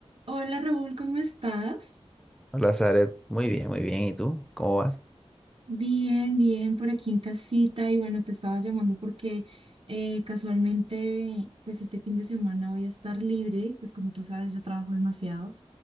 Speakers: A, on the right; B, in the centre.
A: Hola Raúl, ¿cómo estás?
B: Hola, Zaret. Muy bien, muy bien. ¿Y tú? ¿Cómo vas?
A: Bien, bien, por aquí en casita y bueno, te estaba llamando porque eh, casualmente pues este fin de semana voy a estar libre, pues como tú sabes yo trabajo demasiado,